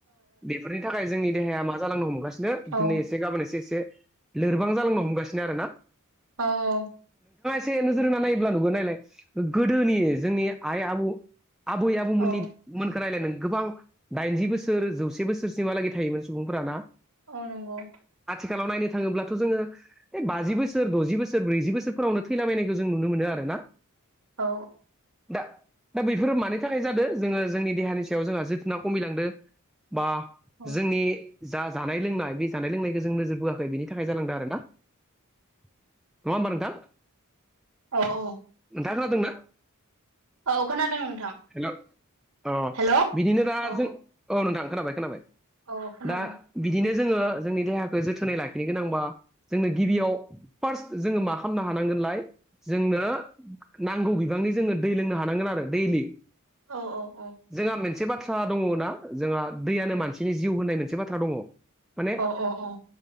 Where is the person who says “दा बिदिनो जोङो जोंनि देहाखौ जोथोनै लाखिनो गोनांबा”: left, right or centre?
Centre